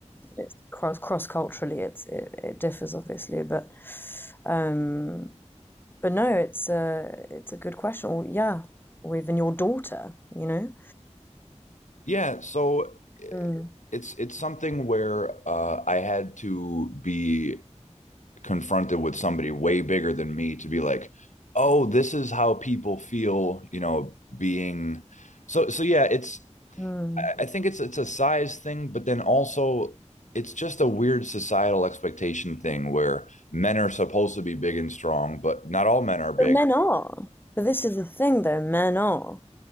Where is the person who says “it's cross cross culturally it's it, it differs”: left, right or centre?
Left